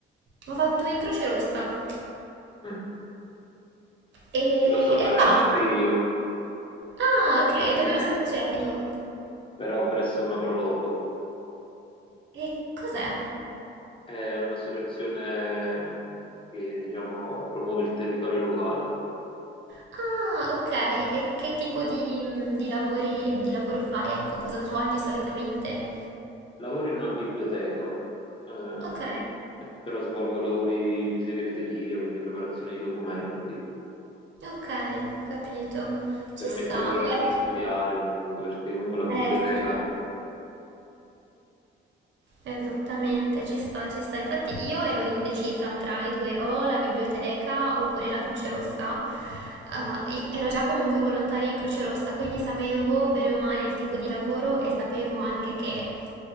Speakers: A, on the right; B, on the left.
A: Ho fatto in Croce Rossa
B: Mm.
A: e,
B: Lo sto
A: e
B: facendo
A: basta.
B: anche io,
A: Ah, ok,
B: <laughs>
A: dove
B: Sì.
A: lo stai facendo?
B: Però presso una proloco.
A: E cos'è?
B: È un'associazione che, diciamo, promuove il territorio locale.
A: Ah, ok, e che tipo di, di lavori, di lavoro fai? Ecco, cosa svolgi solitamente?
B: Lavoro in una biblioteca, eh,
A: Ok.
B: però svolgo lavori di segreteria, quindi preparazione di documenti.
A: Ok, capito. Ci
B: Permette
A: sta.
B: pure
A: Guarda-
B: di studiare comunque, perché comunque la biblioteca
A: Eh sì, esattamente, ci sta, ci sta. Infatti io ero indecisa tra i due, o la biblioteca oppure la Croce Rossa. Eh, io ero già comunque volontaria in Croce Rossa, quindi sapevo bene o male il tipo di lavoro e sapevo anche che